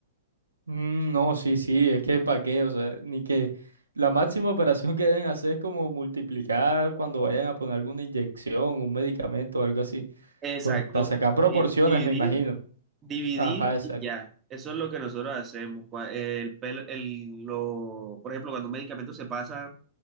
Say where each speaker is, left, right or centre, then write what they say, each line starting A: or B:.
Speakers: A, on the right; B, on the right.
A: Mm, no, sí, sí, es que para qué, o sea, ni que la máxima operación que deben hacer es como multiplicar cuando vayan a poner alguna inyección, un medicamento o algo así,
B: Exacto.
A: por, para sacar proporciones,
B: Sí, dividir,
A: me imagino.
B: Dividir
A: Ajá, exacto.
B: y ya. Eso es lo que nosotros hacemos. Cua- El, pel- el- lo, por ejemplo, cuando un medicamento se pasa